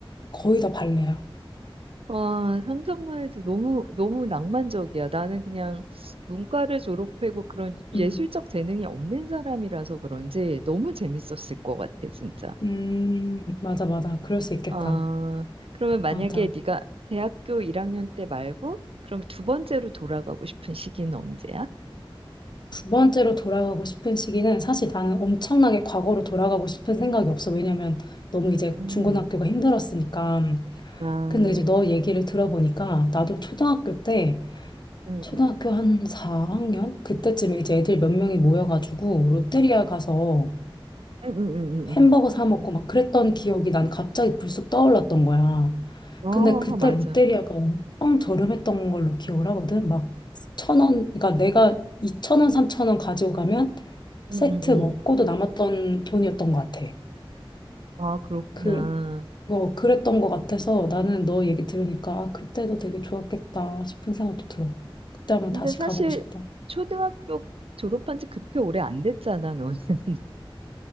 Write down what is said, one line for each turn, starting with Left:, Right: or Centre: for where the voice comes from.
Left: 거의 다 발레야.
Right: 와, 상상만 해도 너무, 너무 낭만적이야. 나는 그냥 문과를 졸업하고 그런 예술적
Left: 음,
Right: 재능이 없는 사람이라서 그런지 너무 재밌었을 것 같아, 진짜.
Left: 음, 맞아, 맞아. 그럴 수 있겠다.
Right: 아, 그러면 만약에
Left: 맞아.
Right: 네가 대학교 1학년 때 말고, 그럼 두 번째로 돌아가고 싶은 시기는 언제야?
Left: 두 번째로 돌아가고 싶은 시기는 사실 나는 엄청나게 과거로 돌아가고 싶은 생각이 없어. 왜냐면 너무 이제
Right: 음,
Left: 중고등학교가 힘들었으니까.
Right: 아,
Left: 근데
Right: 음,
Left: 이제 너 얘기를 들어보니까 나도 초등학교 때
Right: 음,
Left: 초등학교 한 4학년 그때쯤에 이제 애들 몇 명이 모여가지고 롯데리아 가서
Right: 음, 음, 음, 음.
Left: 햄버거
Right: 음.
Left: 사 먹고 막 그랬던 기억이 난 갑자기 불쑥 떠올랐던 거야.
Right: 음. 어,
Left: 근데 그때
Right: 맞아.
Left: 롯데리아가 엄청 저렴했던 걸로 기억을 하거든. 막 천 원, 그러니까 내가 2천 원, 3천 원 가지고 가면
Right: 음,
Left: 세트
Right: 음, 음.
Left: 먹고도 남았던 돈이었던 것 같아.
Right: 아, 그렇구나.
Left: 그, 어, 그랬던 것 같아서 나는 너 얘기 들으니까 아, 그때도 되게 좋았겠다 싶은 생각도 들어. 그때 한번
Right: 근데
Left: 다시
Right: 사실
Left: 가보고 싶다.
Right: 초등학교 졸업한 지 그렇게 오래 안 됐잖아, 넌. <laughs>